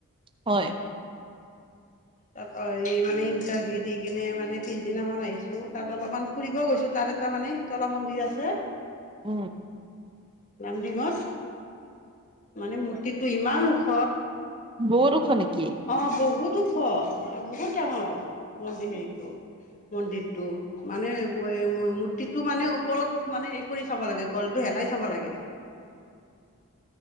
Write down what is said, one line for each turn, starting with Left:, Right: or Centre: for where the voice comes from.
Right: হয়।
Left: তাত এই মানে ইণ্টাৰভিউ দি কিনে মানে পিছদিনাখন আহিছোঁ, তাত অলপমান ফুৰিব গৈছোঁ তাত এটা মানে শীতলা মন্দিৰ আছে।
Right: উম।
Left: লামডিঙত, মানে মূৰ্তিটো ইমান ওখ।
Right: বহুত ওখ নেকি?
Left: অ', বহুত ওখ আৰু বহুত ডাঙৰ মন্দিৰ হেৰিটো, মন্দিৰটো। মানে <unintelligible> মূৰ্তিটো মানে ওপৰত মানে হেৰি কৰি চাব লাগে গ'লটো হেলাই চাব লাগে।
Right: <inaudible>